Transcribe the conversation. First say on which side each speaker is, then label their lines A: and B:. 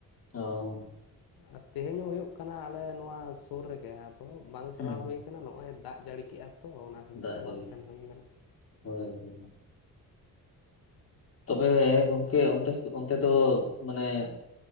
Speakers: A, on the left (about 40°); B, on the left (about 80°).
A: ᱚ
B: ᱟᱨ ᱛᱮᱦᱮᱧ ᱦᱚᱸ ᱦᱩᱭᱩᱜ ᱠᱟᱱᱟ ᱟᱞᱮ ᱱᱚᱣᱟ ᱥᱩᱨ ᱨᱮᱜᱮ ᱾ ᱛᱚ ᱵᱟᱝ ᱪᱟᱞᱟᱣ
A: ᱦᱮᱸ
B: ᱦᱩᱭ ᱠᱟᱱᱟ ᱱᱚᱜ-ᱚᱭ ᱫᱟᱜ ᱡᱟᱹᱲᱤ ᱠᱮᱫᱮᱜ-ᱟ ᱛᱚ ᱚᱱᱟ ᱠᱷᱟᱹᱛᱤᱨ
A: ᱫᱟᱜ
B: ᱛᱮ
A: ᱡᱟᱹᱲᱤ
B: ᱵᱟᱝ ᱥᱮᱱ ᱦᱩᱭ ᱟᱠᱟᱱᱟ ᱾
A: ᱦᱳᱭ ᱛᱚᱵᱮ ᱜᱚᱢᱠᱮ ᱚᱱᱛᱮ ᱫᱚ ᱢᱟᱱᱮ ᱼᱼ